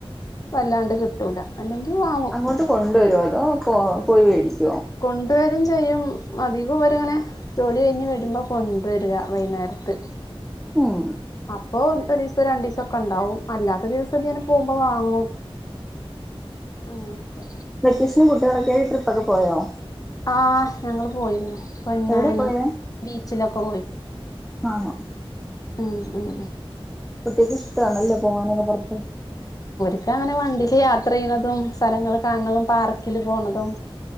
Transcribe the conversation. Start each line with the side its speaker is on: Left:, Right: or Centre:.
Left: വല്ലാണ്ട് കിട്ടൂല അല്ലെങ്കി വാങ്ങും
Centre: അങ്ങോട്ട് കൊണ്ടുവരുമോ അതോ ഓഹ് പോയിവേടിക്കും
Left: കൊണ്ടു വരും ചെയ്യും അധികം അവരിങ്ങനെ ജോലി കഴിഞ്ഞ് വരുമ്പോ കൊണ്ടുവരിക വൈകുന്നേരത്ത്
Centre: ഉം
Left: അപ്പൊ ഒരു ദിവസം രണ്ടിസൊക്കെ ഉണ്ടാവും അല്ലാത്ത ദിവസൊക്കെ ഇങ്ങനെ പോകുമ്പോ വാങ്ങും അങ്ങനെയൊക്കെ
Centre: വെക്കേഷന് കുട്ടികളൊക്കേയി ട്രിപ്പൊക്കെ പോയോ
Left: ആഹ് ഞങ്ങൾ പോയിരുന്നു പൊന്നാനി
Centre: എവിടെ പോയേ?
Left: ബീച്ചില <inaudible>
Centre: ആണോ
Left: ഉം ഉം
Centre: ക്ക ഇഷ്ടാണല്ലേ പോകാനൊക്കെ പ ത്ത
Left: ക്ക അങ്ങനെ വണ്ടിയില് യാത്ര ചെയ്യണതും സ്ഥലങ്ങള് കാണതും പാർക്കിൽ പോണതും